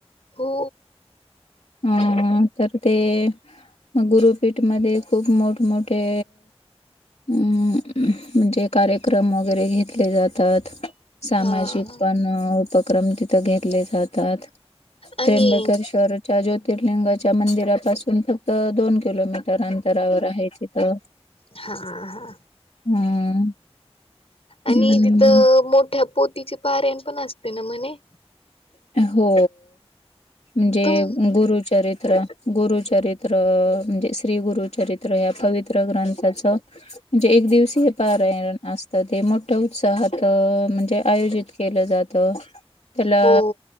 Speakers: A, on the left (about 65°); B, on the left (about 85°).
A: हो,
B: हम तर ते, मग गुरुपीठ मध्ये खूप मोठमोठे, अम् म्हणजे कार्यक्रम वगैरे घेतले जातात. सामाजिक
A: हा हा
B: पण उपक्रम तिथं घेतले जा तात.
A: आणि
B: त्र्यंबकेश्वर च्या ज्योतिर्लिंगाच्या मंदिरापासून फक्त दोन किलोमीटर अंतरावर आहे तिथं.
A: हा हा
B: हम्म.
A: आणि
B: हम्म
A: तिथं मोठ्या पोतीचे पारयण पण असते ना म्हणे.
B: हो म्हणजे
A: तुम
B: गुरुचरित ्र गुरुचरित्र म्हणजे श्री गुरुचरित्र ह्या पवित्र ग्रंथाच जे एक दिवसीय पारायण असतं, ते मोठ्या उत्साहात म्हणजे आयोजित केलं जात. त्याला
A: हो